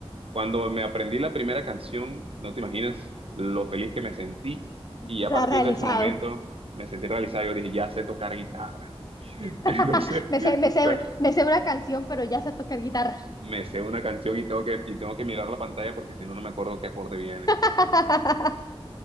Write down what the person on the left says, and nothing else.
Está
realizado.
<laughs>
Me sé, me sé,
me sé una canción, pero ya sé tocar guitarra.
<laughs>